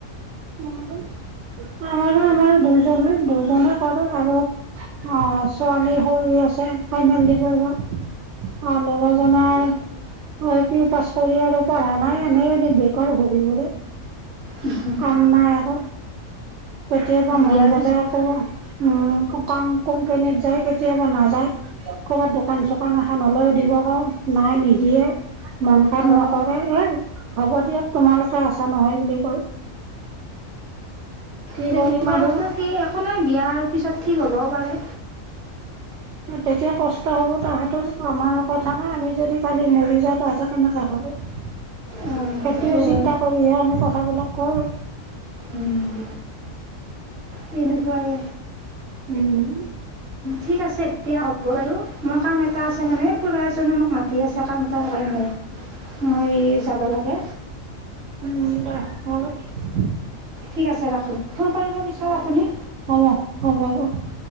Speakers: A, on the right (about 65°); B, on the right (about 50°).
A: আমাৰ- আমাৰ দুজনৰ দুজনৰ কৰো আৰু- অঁ, ছোৱালী সৰু আছে ফাইনেল দিব এইবাৰ। অঁ, ল'ৰা - জনৰ এল পি পাছ কৰি আৰু পঢ়া নাই, এনেই এ বেকাৰ ঘূৰি ফুৰে।
B: উম।
A: কাম নাই একো। কেতিয়াবা মন
B: বিয়াৰ
A: গলে
B: পিছত
A: কৰে উম, কাম কোম্পনীত যায়। কেতিয়াবা নাযায়। ক'ৰবাত দোকান চোকান এখন হ'লেও দিব কওঁ, নাই নিদিয়ে। মন -পণ
B: অঁ
A: নকৰে, এ হ'ব দিয়ক তোমালোকে আছ নহয় বুলি কয়। কি
B: তেনেকুৱা
A: কৰিম আৰু
B: কথাতে একো নাই বিয়াাৰ পিছত ঠিক হ'বও পাৰে।
A: তেতিয়া কষ্ট হ'ব তাহাঁতৰ। আমাৰ কথা নাই আমি যদি কালি মৰি যাওঁ, তাহাঁতে কেনেকুৱা হ'ব। সেইটোৱে
B: অঁ সেইটোও
A: চিন্তা
B: হয়
A: কৰিহে আমি কথাবিলাক কওঁ।
B: উম, তেনেকুৱাই।
A: উম।
B: ঠিক আছে এতিয়া হ'ব বাৰু, মই কাম- এটা আছে মানে এই খুৰা এজনে মোক মাতি আছে কাম এটা কাৰণে মই যাব লাগে।
A: মোলে হ'ল।
B: ঠিক আছে ৰাখোঁ। ফোন কৰিব পিছত আপুনি।
A: হ'ব- হ'ব -হ'ব।